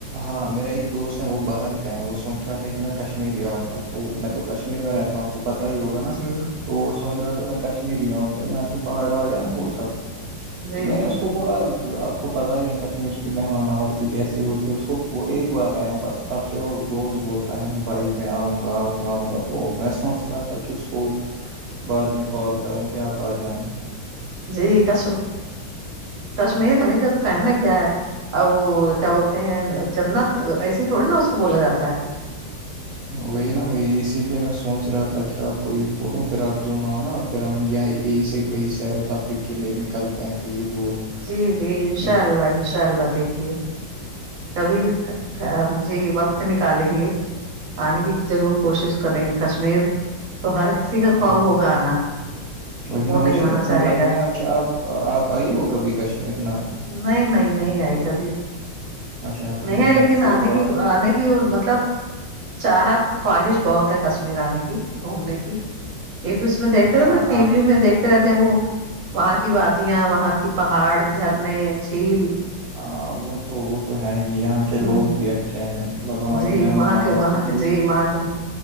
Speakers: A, on the right (about 80°); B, on the right (about 55°).
A: ہاں میرا ایک دوست ہے وہ باہر کا ہے وہ سوچ رہا تھا کہ میں کشمیر ہی آؤں گا تو میں تو کشمیر میں رہتا تا کو پتا ہی ہوگا نا
B: جی
A: تو وہ سوچ رہا تھا میں کشمیر ہی آؤں گا یہاں سے پہاڑ وہاڑ ہے نا وہ سب
B: جی
A: تو میں
B: جی
A: نے اس کو بولا آپ کو پتا ہی ہے کشمیر کی مہمان آوازی کیسی ہوتی ہے اس کو وہ ایک بار آئے ہیں بس تب سے وہ روز بولتا ہے بھائی میں آؤں گا آؤں گا آؤں گا تو میں سوچ رہا تھا کہ اس کو بعد میں کال کروں کہ آپ آ جانا
B: جی کش کشمیر امیر کا تو کہنا ہے کیا ہے اب وہ کیا بولتے ہیں جنت ایسیے تھوڑی نا اس کو بولا جاتا ہے
A: وہی نا وہی اسی لیے میں سوچ رہا تھا کہ آپ کو یہ بولوں پھر آپ دونوں آنا کرم یہ ای سے کئی شہیر و تفریق لیے نکل کرلتے ہیں کہیں دور
B: جی جی انشاء
A: کہ
B: اللہ انشاء اللہ دیکھیے کبھی جی وقت نکالیں گے آنے کی ضرور کوشش کریں گے کشمیر تو ہر کسی کا
A: ہاں
B: خواب ہوگا آنا
A: وہی
B: وہ
A: نا مجھے نہیں
B: آنا چاہے
A: لگتا
B: گا
A: ہے کہ آپ آپ آئی ہو کبھی کشمیر ن
B: نہیں نہیں نہیں آئی کبھی
A: اچھا آپ
B: نہیں ہے
A: آئے
B: لیکن
A: پھر
B: آنے
A: تو آپ
B: کی آنے کی مطلب چاہت خواہش بہت ہے کشمیر آنے کی گھومنے کی ایک بھی میں دیک
A: ہاں
B: رہا ٹی
A: آپ
B: وی میں دیک رہتے ہیں وہ وہاں کی وادیاں وہاں کی پہاڑ جھرنے جھیل
A: ہاں وہ تو وہ تو ہے ہی یہاں کے
B: ہ
A: لوگ بھی اچھے ہیں مطلب ہماری
B: جی
A: مہمان
B: وہاں
A: نوازی
B: کے وہاں کے
A: وہ اس-
B: جی وہاں کے